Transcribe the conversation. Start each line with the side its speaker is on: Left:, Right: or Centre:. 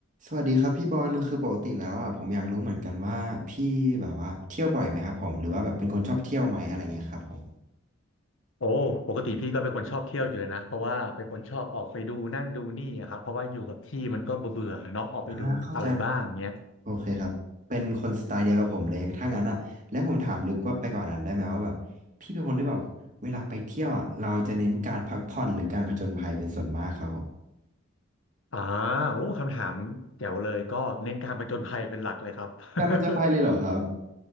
Right: สวัสดีครับพี่บอลคือปกติแล้วอ่ะผมอยากรู้เหมือนกันว่าพี่แบบว่าเที่ยวบ่อยไหมครับผมหรือว่าแบบเป็นคนชอบเที่ยวไหมอะไรเงี้ยครับผม
Left: โอ้ปกติพี่ก็เป็นคนชอบเที่ยวอยู่แล้วนะเพราะว่าเป็นคนชอบออกไปดูนั่นดูนี่อะครับเพราะว่าอยู่กับที่มันก็เบื่อเบื่อเนาะออกไปดูอะไรบ้างเงี้ย
Right: อ่าเข้าใจแล้วครับโอเคครับเป็นคนสไตล์เดียวกับผมเลยถ้างั้นอ่ะแล้วผมถามลึกว่าไปกว่านั้นได้ไหมว่าแบบพี่เป็นคนที่แบบเวลาไปเที่ยวอ่ะเราจะเน้นการพักผ่อนหรือการผจญภัยเป็นส่วนมากครับผม
Left: อ่าโอ้คำถามแจ๋วเลยก็เน้นการผจญภัยเป็นหลักเลยครับ <laughs>
Right: การผจญภัยเลยเหรอครับ